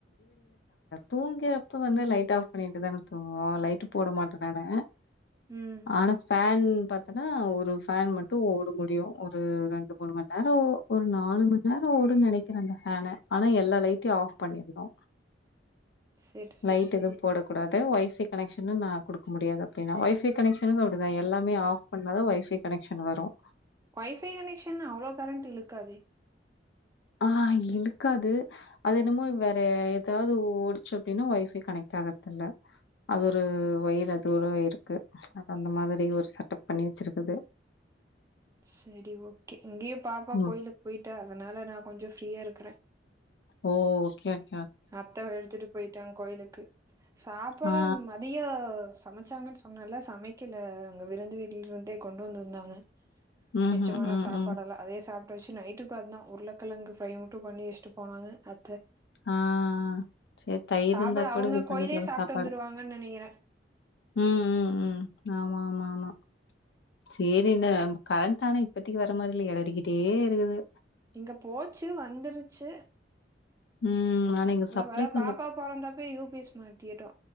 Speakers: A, on the left; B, on the right.
A: தூங்கிறப்ப வந்து லைட் ஆஃப் பண்ணிட்டு தான தூங்குவோ லைட்டு போட மாட்ட நானு
B: ம்
A: ஆன ஃபேன் பாத்தனா ஒரு ஃபேன் மட்டும் ஒடும் முடியும் ஒரு ரெண்டு மூணு மணி நேரோ ஒரு நாலு மணி நேரோ ஓடுன் நெனைக்கிறங்க ஃபேனு ஆனா எல்லா லைட்டையும் ஆஃப் பண்ணிருணு
B: செரி செரி
A: லைட்
B: செரி
A: எதும் போட கூடாது து வை ஃபை கனெக்ஷனு நா குடுக்க முடியாது அப்டின்னா வை ஃபை கனெக்ஷனுக்கும் அப்டிதா எல்லாமே ஆஃப் பண்ண தா வை ஃபை கனெக்ஷன் வரும்
B: வை ஃபை கனெக்ஷன் அவ்ளோ கரண்ட் இழுக்காதே
A: ஆ இழுக்காது அது என்னமோ வேற ஏதாவது ஓடிச்சு அப்டின்னா வை ஃபை கனெக்ட் ஆகறதில்ல அது ஒரு வயர் அத்தோட இருக்கு அது அந்த மாதிரி ஒரு செட்டப் பண்ணி வச்சிருக்குது
B: செரி ஓகே இங்கேயு பாப்பா
A: ம்.
B: கோயிலுக் போய்டால் அதனால நா கொஞ்சோ ஃப்ரீயா இருக்கற
A: ஓ ஓகே வக்
B: அத்த வெழுத்துட்டு போய்ட்டாங்க கோயிலுக்கு சாப்பாடு
A: ஆ.
B: மதியோ சமச்சாங்கன்னு சொன்னல்ல சமைக்கல அங்க விருந்து வீட்ல இருந்தே கொண்டு வந்திருந்தாங்க
A: ம்ஹ்ம்.
B: மிச்சமான
A: ம்,
B: சாப்பாடெல்லா
A: ம்.
B: அதே சாப் <unintelligible> நைட்டுக்கும் அந்தா உருளக்கெழங்கு ஃப்ரை மட்டும் பண்ணி வச்சிட்டு போனாங்க அத்த
A: ஆ சரி தயிர்
B: சாப்ட
A: இருந்தா
B: அவுங்க
A: கூட இது பண்ணிக்கலாம்
B: கோயிலே சாப்ட்டு
A: சாப்பாடு.
B: வந்துருவாங்கன்னு நெனைக்கிற
A: ம் ம் ம் ஆமா ஆமா ஆமா செரி இந்த கரண்ட் ஆனா இப்பத்திக்கி வர மாரி இல்ல எரடிக்கிட்டே இருக்குது
B: இங்க போச்சு வந்துருச்சு
A: ம். ஆனா எங்க
B: இங்க
A: சப்ளை
B: வ
A: கொஞ்சம்
B: பாப்பா பொறந்தப்போ யு பி எஸ் மாட்டிகிட்டோ